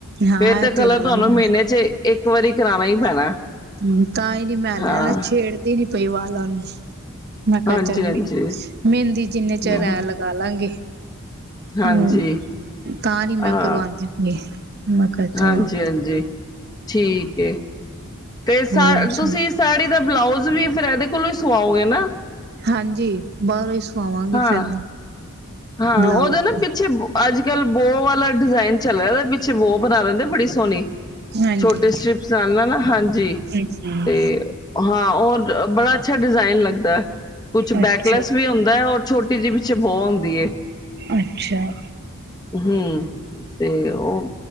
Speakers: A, on the right; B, on the left.
A: ਹਾਂ
B: ਫੇਰ ਤੇ
A: ਇਹ
B: ਕਲਰ
A: ਹੈ
B: ਤੁਹਾਨੂੰ
A: ਹੀ
B: ਮਹੀਨੇ ਚ ਇੱਕ ਵਾਰੀ ਕਰਾਉਣਾ ਹੀ ਪੈਣਾ
A: ਹਮ ਤਾਂ ਹੀ ਨੀ ਮੈਂ ਹਲੇ
B: ਹਾਂ
A: ਨਾ ਛੇੜਦੀ ਨੀ ਪ ਪਈ ਵਾਲਾਂ ਨੂੰ ਮੈਂ ਕਿਹਾ
B: ਹਾਂਜੀ
A: ਚੱਲ
B: ਹਾਂਜੀ
A: ਮ ਮਹਿੰਦੀ ਜਿੰਨੇ
B: ਹਮ
A: ਚਿਰ ਐ ਲਗਾ ਲਾਂਗੀ
B: ਹਾਂਜੀ
A: ਹਮ ਤਾਂ ਨੀ
B: ਹਾਂ
A: ਮੈਂ ਕਰਵਾਉਂਦੀ ਪਈ ਮੈਂ ਕਿਹਾ ਚਲੋ,,,
B: ਹਾਂਜੀ ਹਾਂਜੀ ਠੀਕ ਏ ਤੇ ਸਾ
A: ਹੋਰ ਸੁਣਾ
B: ਤੁਸੀਂ ਸਾੜੀ ਦਾ ਬਲਾਊਜ ਤੁਸੀਂ ਵੀ ਫਿਰ ਇਹਦੇ ਕੋਲੋਂ ਹੀ ਸੁਵਾਓਗੇ ਨਾ
A: ਹਾਂਜੀ ਬਾਹਰੋਂ ਹੀ ਸੁਣਾਵਾਂਗੀ
B: ਹਾਂ
A: ਫਿਰ ਮੈਂ।
B: ਹਾਂ
A: ਬਲਾਊਜ
B: ਉਹਦੇ ਨਾ ਪਿੱਛੇ ਬੋ। ਅੱਜ ਕੱਲ ਬੋਹ ਵਾਲਾ ਡਿਜਾਇਨ ਚੱਲ ਰਿਹਾ ਪਿੱਛੇ ਬੋਹ ਬਣਾ ਲਿੰਦੇ ਬੜੀ ਸੋਹਣੀ।
A: ਹਾਂਜੀ।
B: ਛੋਟੇ ਸਟ੍ਰਿਪਸ ਨਾਲ ਨਾ ਹਾਂਜੀ
A: ਹੂੰ
B: ਤੇ ਹਾਂ ਹੋਰ ਬੜਾ। ਅੱਛਾ ਡਿਜਾਇਨ ਲਗਦਾ ਕੁਝ
A: ਅੱਛਾ,
B: ਬੈਕਲੈਸ ਵੀ ਹੁੰਦਾ ਹੋਰ ਛੋਟੀ ਛੋਟੀ ਜੀ ਪਿੱਛੇ ਬੌਂਗ ਦੀਏ
A: ਅੱਛਾ,
B: ਹੂੰ ਤੇ ਉਹ।